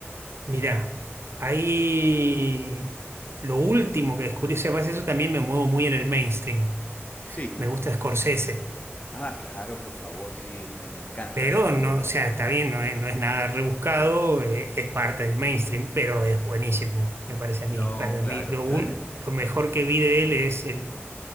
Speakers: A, on the right; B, on the left.
A: Mirá, ahí lo último que descubrí, o sea, pasa eso también me muevo muy en el mainstream.
B: Sí.
A: Me gusta Scorsese,
B: Ah, claro, por favor, sí, me, me encanta
A: pero
B: él.
A: no,
B: eh.
A: o sea, está bien, no es, no es nada rebuscado, eh, es, parte del mainstream, pero es buenísimo, me parece a
B: No,
A: mí. Para
B: claro,
A: mí lo,
B: claro.
A: ul- lo mejor que vi de él es el,